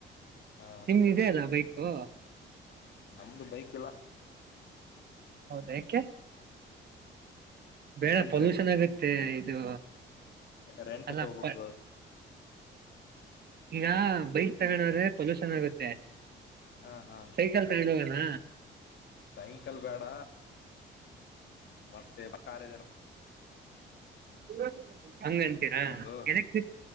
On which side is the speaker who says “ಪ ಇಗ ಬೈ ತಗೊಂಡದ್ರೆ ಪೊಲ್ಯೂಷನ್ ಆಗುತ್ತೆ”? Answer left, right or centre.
Right